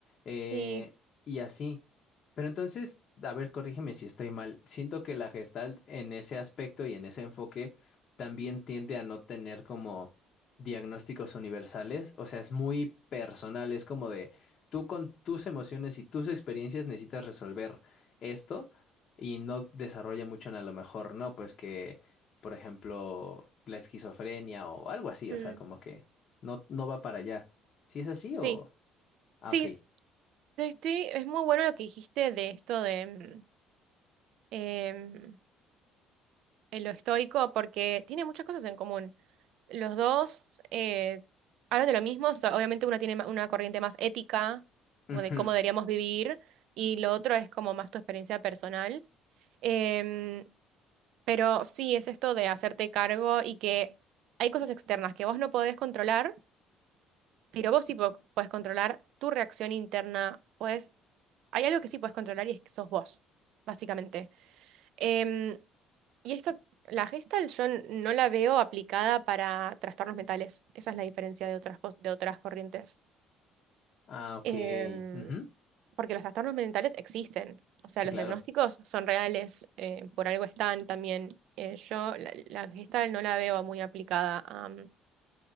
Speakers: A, on the left (about 35°); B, on the right (about 60°).
A: eh,
B: sí,
A: y así. Pero entonces, a ver, corrígeme si estoy mal. Siento que la Gestalt en ese aspecto y en ese enfoque también tiende a no tener como diagnósticos universales, o sea, es muy personal, es como de tú con tus emociones y tus experiencias necesitas resolver esto y no desarrolla mucho en a lo mejor, no, pues que, por ejemplo, la esquizofrenia o algo así,
B: mm,
A: o sea, como que no, no va para allá. si es así
B: sí,
A: o...? Ah,
B: sí,
A: ok.
B: es- estoy- es muy bueno lo que dijiste de esto de... mm, em, en lo estoico porque tiene muchas cosas en común. Los dos eh, hablan de lo mismo, o sea, obviamente uno tiene ma- una corriente más ética,
A: Ujú.
B: como de cómo deberíamos vivir, y lo otro es como más tu experiencia personal. Em, pero sí, es esto de hacerte cargo y que hay cosas externas que vos no podés controlar, pero vos sí po- podés controlar tu reacción interna. Podés, hay algo que sí podés controlar y es que sos vos, básicamente. Em, y esta, la Gestalt yo n- no la veo aplicada para trastornos mentales. Esa es la diferencia de otras, cos- de otras corrientes.
A: Ah, ok.
B: Em,
A: Ujú.
B: porque los trastornos mentales existen. O sea,
A: Sí,
B: los
A: claro.
B: diagnósticos son reales, eh, por algo están también. Eh, yo la, la Gestalt no la veo muy aplicada a, mm,